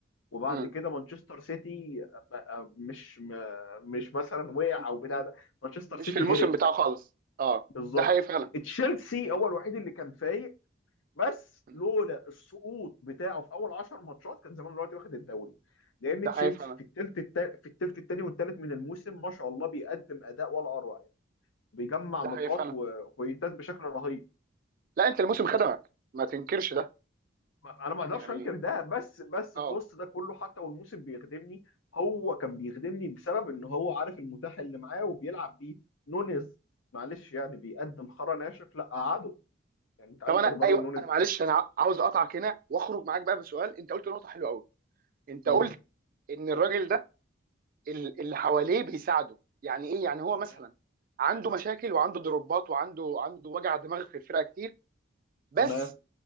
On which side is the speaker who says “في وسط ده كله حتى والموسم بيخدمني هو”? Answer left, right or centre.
Left